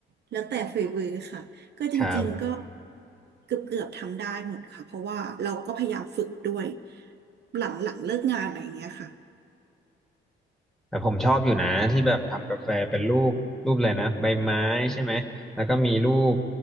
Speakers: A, on the right; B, in the centre.
A: แล้วแต่ฝีมือค่ะก็จริงๆก็
B: ครับ
A: เกือบเกือบทำได้หมดค่ะเพราะว่าเราก็พยายามฝึกด้วยหลังหลังเลิกงานอะไรอย่างเงี้ยค่ะ
B: แต่ผมชอบอยู่นะที่แบบทำกาแฟเป็นรูปรูปอะไรนะใบไม้ใช่ไหมแล้วก็มีรูป